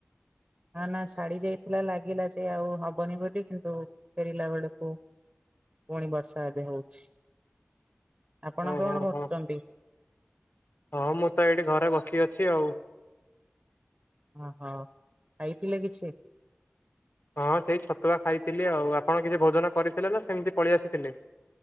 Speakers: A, on the right; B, on the left.
A: ନା ନା ଛାଡି ଯାଇଥିଲା ଲାଗିଲା ଯେ ଆଉ ହବନି ବୋଲି କିନ୍ତୁ ଫେରିଲା ବେଳକୁ ପୁଣି ବର୍ଷା ଏବେ ହଉଛି ଆପଣ
B: ଓହୋ
A: କଣ କରୁଛନ୍ତି?
B: ହୋ ହଁ ମୁଁ ତ ଏଇଠି ଘରେ ବସି ଅଛି ଆଉ।
A: ଓହୋ ଖାଇଥିଲେ କିଛି?
B: ହଁ ସେଇ ଛତୁଆ ଖାଇଥିଲି ଆଉ ଆପଣ କିଛି ଭୋଜନ କରିଥିଲେ ନା ସେମିତି ପଳେଇ ଆସିଥିଲେ।